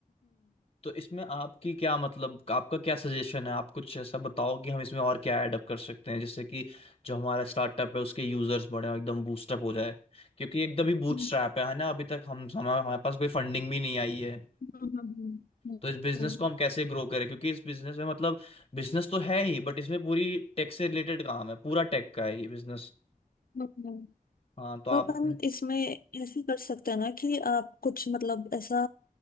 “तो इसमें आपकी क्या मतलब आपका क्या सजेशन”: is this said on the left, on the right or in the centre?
Left